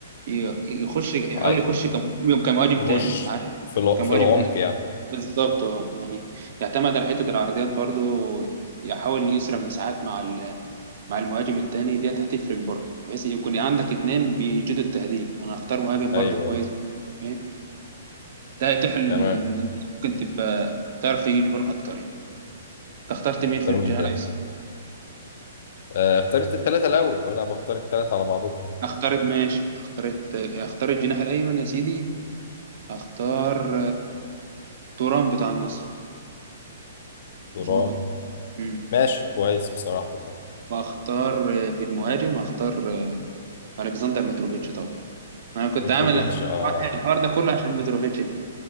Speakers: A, on the right; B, on the left.
A: ي- يخش يحاول
B: اي
A: يخش كم- كمهاجم
B: يخش
A: تاني عارف
B: في الع-
A: كمهاجم
B: في العمق
A: تاني
B: يعني
A: بالظبط اه يعني يعتمد على حته العرضيات برضو يحاول يسرق مساحات مع ال- مع المهاجم التاني ديت هتفرق برضو بحيث يكون عندك اتنين بيجيدوا التهديف انا هختار مهاجم
B: ايوه
A: برضو كويس برضو فاهم ده هيتيح ال-
B: تمام
A: ممكن تبقى تعرف تجيب جون اكتر يعني انت اخترت مين
B: اختار
A: في الجناح
B: من تاني
A: الايسر
B: آه، اختار انت التلاته الاول وانا بختار التلاته على بعضهم
A: اخترت ماشي اخترت اخترت الجناح الايمن يا سيدي اختار توران بتاع النصر
B: دوران
A: جو دوران مم.
B: ماشي كويس بصراحه طبعا
A: واختار آه، في المهاجم هختار آه، الكسندر متروفيتش طبعا انا كنت
B: متروفيتش
A: عامل الحوار
B: اه
A: الحوار ده كله عشان متروفيتش ده